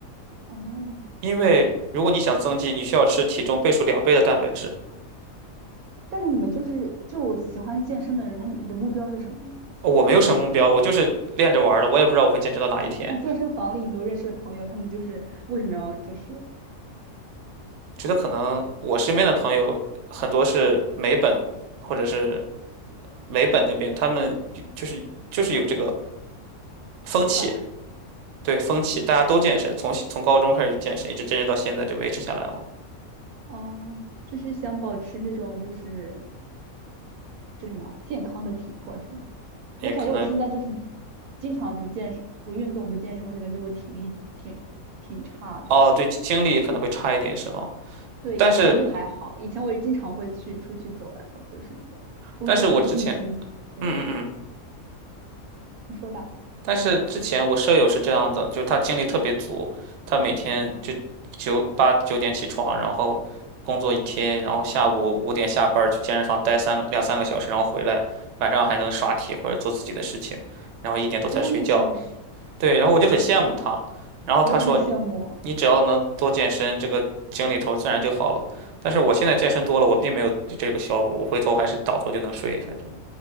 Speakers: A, on the right; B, on the right.
A: 哦，
B: 因为如果你想增肌，你需要吃体重倍数两倍的蛋白质。
A: 但是你们就是就喜欢健身的人，他你的目标是什么呢？
B: 哦我没有什么目标，
A: 就健健，
B: 我就是练着玩儿的，我也不知道我会坚持到哪一天。
A: 嗯，那健身房里有没有认识的朋友，他们就是为什么要就是
B: 觉得可能我身边的朋友很多是美本或者是美本那边，他们就是就是有这个风气，
A: 习惯？
B: 对风气，大家都健身，从从高中开始就健身，一直健身到现在就维持下来了。
A: 哦，就是想保持那种就是就什么健康的体魄是吗？我感觉我现在就是
B: 也可能
A: 经常不健身、不运动、不健身，我就感觉我体力挺挺差的。
B: 哦，对，精力可能会差一点，是吗？
A: 对，
B: 但是
A: 以前就还好，以前我也经常会去出去走啊，跑步什么的。我觉得可能是疫情，
B: 但是我之前，
A: 对，
B: 嗯嗯嗯。
A: 你说吧，
B: 但是之前我舍友是这样的，就是他精力特别足，他每天就九八九点起床，然后工作一天，然后下午五点下班儿去健身房待三个两三个小时，然后回来晚上还能刷题或者做自己的事情，然后一点多才睡觉。
A: 三个小时，
B: 对，然后我就很羡慕他，然后他说你
A: 我也很羡慕。
B: 你只要能多健身，这个精力头自然就好了。但是我现在健身多了，我并没有这个效果，我回头还是倒头就能睡，反正